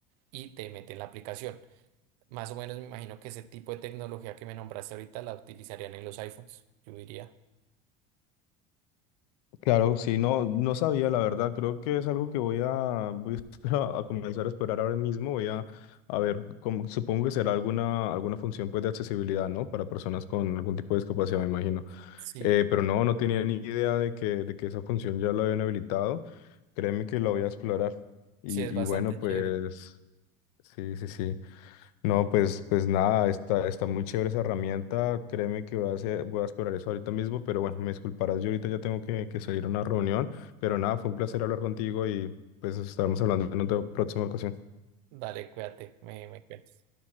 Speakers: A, on the right; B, on the left.
A: y te mete en la aplicación. Más o menos me imagino que ese tipo de tecnología que me nombraste ahorita la utilizarían en los iPhones, yo diría.
B: Claro, sí, no, no sabía, la verdad. Creo que es algo que voy a, voy <laughs> a, comenzar a explorar ahora mismo. Voy a, a ver, cómo- supongo que será alguna, alguna función pues, de accesibilidad, ¿no? Para personas con algún tipo de discapacidad, me imagino.
A: Sí,
B: Eh, pero no, no tenía ni idea de que, de que esa función ya la habían habilitado. Créeme que lo voy a explorar. Y,
A: sí, es bastante
B: y bueno, pues
A: chévere.
B: sí, sí, sí. No, pues, pues nada, está, está muy chévere esa herramienta. Créeme que voy a hacer, voy a explorar eso ahorita mismo, pero bueno, me disculparás, yo ahorita ya tengo que, que salir a una reunión, pero nada, fue un placer hablar contigo y pues estaremos hablando en otra próxima ocasión.
A: Dale, cuídate, me, me cuentas.